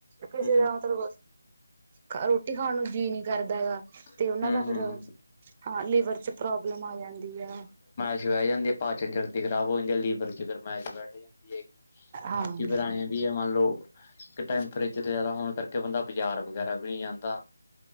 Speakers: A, on the right; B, on the left.
A: ਕਿਸੇ
B: ਹੂੰ
A: ਦਾ ਮਤਲਬ, ਖ ਰੋਟੀ ਖਾਣ ਨੂੰ ਜੀਅ ਨੀ ਕਰਦਾ ਆ। ਤੇ
B: ਹੂੰ
A: ਉਹਨਾਂ ਦਾ ਫੇਰ
B: ਹੂੰ।
A: ਹਾਂ ਲੀਵਰ ਚ ਪ੍ਰੋਬਲਮ ਆ ਜਾਂਦੀ ਆ।
B: ਰਹਿ ਜਾਂਦੀ ਆ ਪਾਚਨ ਸ਼ਕਤੀ ਖ਼ਰਾਬ ਹੋ ਜਾਂਦੀ ਆ। ਲੀਵਰ ਚ ਗਰਮਾਇਸ਼ ਬੈਠ ਜਾਂਦੀ ਹੈਗੀ,
A: ਹਮ
B: ਬਾਕੀ ਫਿਰ ਏਂਏ। ਵੀ ਮੰਨ ਲਓ ਕਿ ਟੈਂਪਰੇਚਰ ਜ਼ਿਆਦਾ ਹੋਣ ਕਰਕੇ, ਬੰਦਾ ਬਾਜ਼ਾਰ ਵਗੈਰਾ ਵੀ ਨ੍ਹੀਂ ਜਾਂਦਾ।